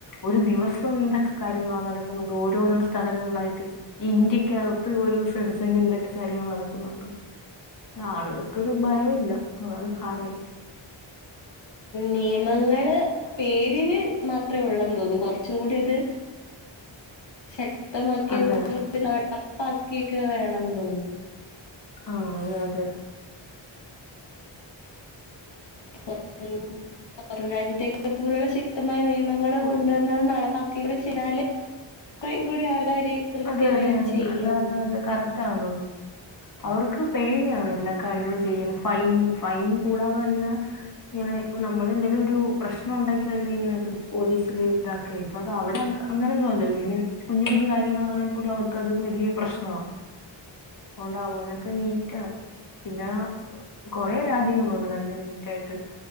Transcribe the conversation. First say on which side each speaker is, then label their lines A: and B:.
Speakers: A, on the left; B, on the left.
A: ഒരു ദിവസം എന്തൊക്കെ കാര്യങ്ങളാണ് നടക്കുന്നത് ഓരോരോ സ്ഥലങ്ങളിലായിട്ട് ഇന്ത്യക്കകത് <unintelligible> പ്പെയിന്എന്തൊക്കെ കാര്യങ്ങൾ നടക്കുന്നുണ്ട് ആളുകൾക്കൊരു ഭയവില്ല അതാണ് കാരണം
B: നിയമങ്ങൾ പേരിന് മാത്രേ ഉള്ളെന്ന് തോന്നുന്നു കൊറച്ചും കൂടി അത് ശക്തമാക്കിയത്
A: അതെ
B: <unintelligible> നടപ്പാക്കിക്കെ വേണം തോന്നുന്നു
A: ആ അതെ അതെ
B: <unintelligible> പൊറം രാജ്യത്തക്കെ പോലുള്ള ശക്തമായ നിയമങ്ങൾ
A: ഉ-
B: കൊണ്ടുവന്നാ നടപ്പാ ഇടെ ചിലല് കുറയും കൂടി ആൾക്കാര് കൃത്യം
A: അതെ അതെ
B: എല്ലാം ചെയ്യുന്നു
A: അതെ അതെ <unintelligible> അവർക്ക് പേടിയാണ് എല്ലാ കാര്യങ്ങളും ചെയ്യാൻ ഫൈൻ ഫൈൻ കൂടാതെ തന്നെ ഇങ്ങനെ ഇപ്പൊ നമ്മൾ എന്തേലും ഒരു പ്രശ്നം ഉണ്ടെങ്കിൽല്ലേ ഇങ്ങനെക്കെ വിളിച്ചു പോലീസില് ഇതാക്ക അപ്പ അത് അവിടെ അങ്ങനൊന്നല്ലോ ഇങ്ങനെ കുഞ്ഞു കുഞ്ഞു കാര്യ- - കാര്യങ്ങളാണെ പോലും അവർക്ക്ത് വലിയ പ്രശ്നമാണ് അതോണ്ട് അവരൊക്കെ നീറ്റാണ് പിന്നെ കൊറെ രാജ്യങ്ങളുണ്ട് നല്ല നീറ്റ് ആയിട്ട്